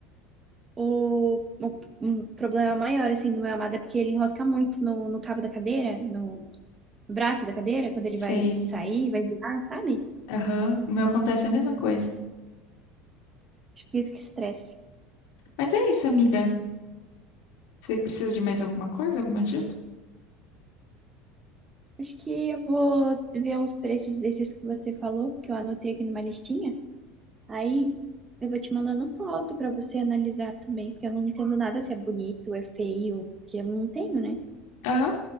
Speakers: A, on the right; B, on the left.
A: o, o, um problema maior, assim, do meu amado é porque ele enrosca muito no, no cabo da cadeira, no, braço da cadeira, quando ele
B: Sei.
A: vai sair, vai virar, sabe?
B: Aham. O meu acontece a mesma coisa.
A: Acho que é isso que estresse.
B: Mas é isso, amiga. Você precisa de mais alguma coisa, alguma ajuda?
A: Acho que eu vou ver os preços desses que você falou, que eu anotei aqui numa listinha. Aí eu vou te mandando foto pra você analisar também, porque eu não entendo nada se é bonito, é feio, porque eu não tenho, né?
B: Aham.